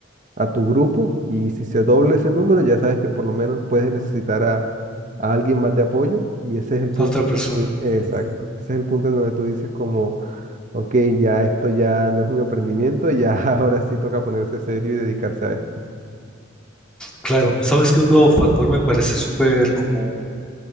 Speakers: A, on the right; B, in the centre.
A: a tu grupo y si se doble ese número, ya sabes que por lo menos puedes necesitar a, a alguien más de apoyo y ese es el punto.
B: A otra
A: en
B: persona.
A: donde tú- Exacto,
B: ujú.
A: ese es el punto en donde tú dices como, ok, ya esto ya no es un emprendimiento, ya <laughs> ahora sí toca ponerse serio y dedicarse a esto.
B: Claro. ¿Sabes qué otro factor me parece súper como